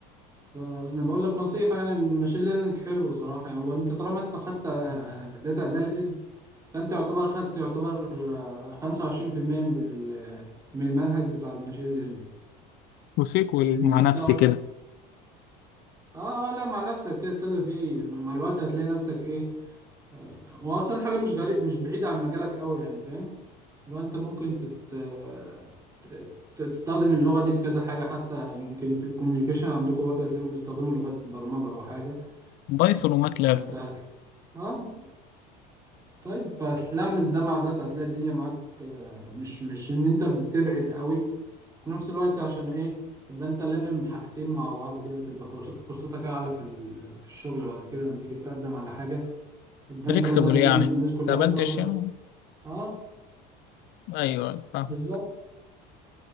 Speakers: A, on the right; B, on the left.
A: فانا بقول لك نصيحة يعني الماشين ليرنينج حلو صراحة يعني وانت طالما انت خدت داتا اناليسيز فانت يعتبر خدت يعتبر آه، 25% من ال- من المنهج بتاع الماشين ليرنينج
B: وسيكوال
A: لان
B: مع
A: انت
B: نفسي
A: اول
B: كده
A: ح- اه اه لا مع نفسك كده تسلي فيه مع الوقت هتلاقي نفسك ايه آه، هو اصلا حاجه مش غريب مش بعيده عن مجالك قوي يعني فاهم لو انت ممكن تت... آه، تستخدم اللغه دي في كذا حاجه حتى يمكن الكوميونيكيشن عندكم برضه هتلاقوا بيستخدموا لغات برمجه او حاجه
B: بايثون
A: آه،
B: وماتلاب
A: فانت هت... اه طيب فهتلمس ده مع ده فهتلاقي الدنيا معاك آه، مش مش ان انت بتبعد قوي في نفس الوقت عشان ايه تبقى انت لمم بحاجتين مع بعض كده تبقى فرص- فرصتك اعلى في ال- في الشغل بعد كده لما تيجي تقدم على حاجه يبقى
B: فليكسبل
A: انت مثلا
B: يعني
A: ايه الناس كلها
B: تقبلتش
A: مثلا واخده
B: يعني
A: اه
B: ايوه فاهم
A: بالظبط